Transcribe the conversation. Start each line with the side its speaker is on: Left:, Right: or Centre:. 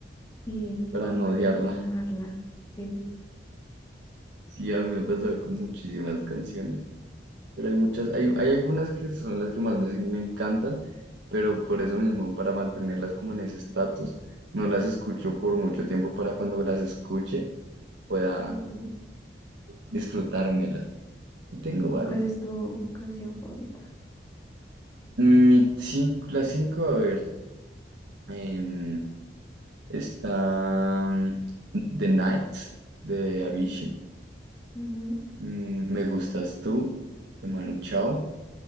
Left: sí,
Right: para
Left: como
Right: no
Left: para
Right: odiarla.
Left: no quemarla, sí.
Right: Sí, a mí me ha pasado con muchísimas canciones, pero hay muchas, hay, hay algunas que son las que más me, me encantan, pero por eso mismo, para mantenerlas como en ese estatus, no las escucho por mucho tiempo para cuando las escuche. pueda
Left: Ujú.
Right: disfrutármela. Tengo varias.
Left: ¿Y cuál es tu canción favorita?
Right: Mi cin- la 5 a ver, em, está mm, The Night de Avicii.
Left: Ujú.
Right: Mm, Me gustas tú de Manu Chao.